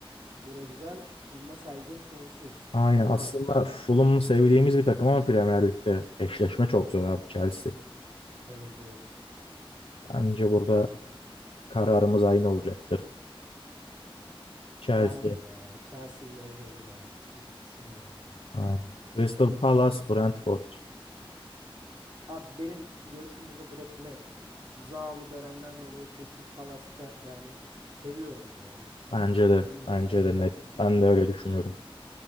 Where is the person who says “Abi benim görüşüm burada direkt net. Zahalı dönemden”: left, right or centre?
Right